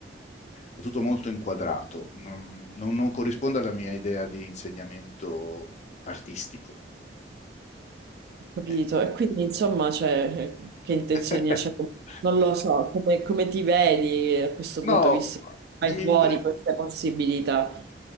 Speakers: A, on the left; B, on the right.
A: è tutto molto inquadrato, non, non- non corrisponde alla mia idea di insegnamento artistico.
B: capito.
A: Eh,
B: E quindi insomma, cioè, eh, che intenzioni
A: <laughs>
B: hai? Cioè, non lo so, come, come ti vedi a questo punto,
A: No,
B: visto che hai
A: mi-
B: fuori queste possibilità?